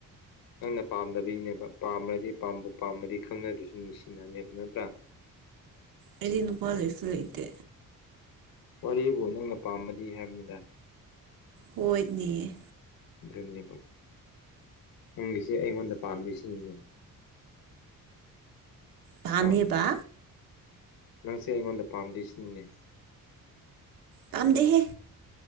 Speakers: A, on the left (about 75°); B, on the right (about 80°).
A: ꯅꯪꯅ ꯄꯥꯝꯗꯕꯤꯅꯦꯕ ꯄꯥꯝꯃꯔꯗꯤ ꯄꯥꯝꯕꯨ ꯄꯥꯝꯃꯗꯤ ꯈꯪꯅꯗꯨꯁꯨ ꯅꯨꯡꯁꯤꯅꯅꯦꯕ ꯅꯠꯇ꯭ꯔꯥ
B: ꯑꯩꯗꯤ ꯅꯨꯄꯥ ꯂꯩꯣꯏꯁꯨ ꯂꯩꯇꯦ
A: ꯋꯥꯔꯤꯕꯨ ꯅꯪꯅ ꯄꯥꯝꯃꯗꯤ ꯍꯥꯏꯕꯅꯤꯗ꯫
B: ꯍꯣꯏꯅꯦ
A: ꯑꯗꯨꯅꯦꯕ ꯅꯪꯒꯤꯁꯤꯦ ꯑꯩꯉꯣꯟꯗ ꯄꯥꯝꯃꯤꯁꯤꯅꯤꯅꯦ
B: ꯄꯥꯝꯃꯦꯕ
A: ꯑꯥ ꯅꯪꯁꯦ ꯑꯩꯉꯣꯟꯗ ꯄꯥꯝꯗꯣꯏꯁꯤꯅꯤꯅꯦ
B: ꯄꯥꯝꯝꯗꯦꯍꯦ꯫